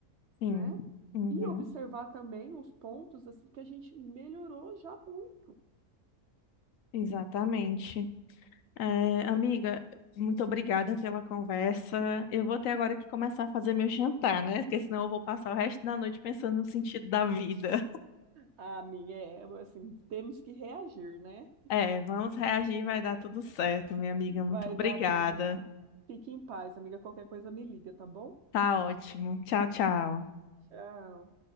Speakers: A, on the left; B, on the right.
A: Sim.
B: né?
A: Uhum.
B: E observar também os pontos assim que a gente melhorou já muito.
A: Exatamente. É, amiga, muito obrigada pela conversa. Eu vou ter agora que começar a fazer meu jantar, né? Porque senão eu vou passar o resto da noite pensando no sentido da vida.
B: A minha é assim, temos que reagir, né?
A: É, vamos reagir, vai dar tudo certo, minha amiga. Muito
B: Vai
A: obrigada.
B: dar tudo. Fique em paz, amiga. Qualquer coisa me liga, tá bom?
A: Tá ótimo. Tchau, tchau.
B: Tchau.